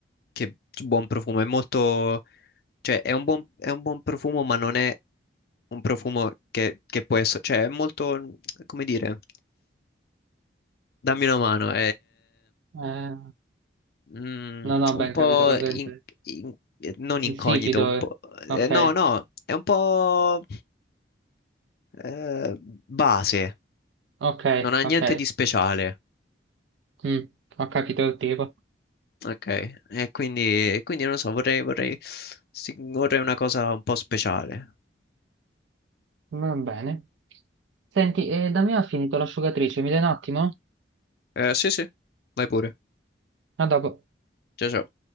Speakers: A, on the left; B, on the right.
A: che buon profumo, è molto, cioè è un buon, è un buon profumo, ma non è un profumo che, che può essere, cioè è molto, come dire, dammi una mano,
B: Eh,
A: mm,
B: non ho
A: un
B: ben
A: po'
B: capito cosa
A: in-
B: intendi.
A: in- eh, non
B: Insipido.
A: incognito, un po',
B: eh. Ok,
A: eh, no, no, è un po' eh, base,
B: ok,
A: non ha
B: ok.
A: niente di speciale.
B: Mm, ho capito il tipo.
A: Ok, e quindi, e quindi non lo so, vorrei, vorrei, sì, vorrei una cosa un po' speciale.
B: Va bene. Senti, eh, da me ha finito l'asciugatrice, mi dai un attimo?
A: Eh, sì, sì, vai pure.
B: A dopo.
A: Ciao, ciao.